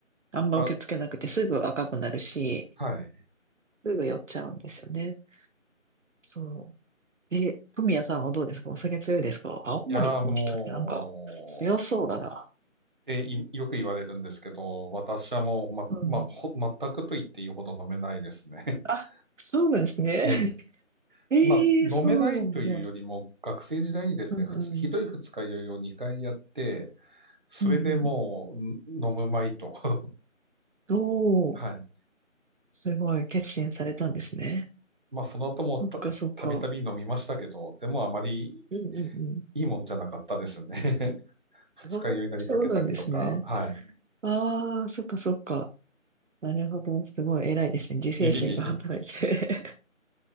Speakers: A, on the right (about 65°); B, on the right (about 35°).
A: あんま受け付けなくてすぐ赤くなるし、
B: あ、はい。
A: すぐ酔っちゃうんですよね。そう。え、富谷さんはどうですかお酒強いですか青森の人ってなんか強そうだな。
B: いやー、もう、っていよく言われるんですけど、私はもう、ま、
A: うん。
B: まあ、ほ、全くと言っていいほど飲めないですね。
A: あ、
B: <laughs>
A: そうなんですね。
B: ええ。<laughs>
A: <laughs> ええそうなんだ。
B: まあ、飲めないというよりも、学生時代にですね、
A: うんうん。
B: ふつひどい二日酔いを2回やって、それでもう、
A: うんうんうん。
B: ん飲むまいと。<laughs>
A: どう、
B: はい。
A: すごい決心されたんですね。
B: まあ、その後もた、
A: そっかそっか。
B: たびたび飲みましたけど、でもあまり
A: うんうんうん。
B: いいもんじゃなかったですね。<laughs> 二日酔いになりかけたりとか、
A: あ、そうなんですね。
B: は
A: ああ、そっかそっか。なるほど。すごい偉いですね。自制心が働いて。
B: いいえいえいえ。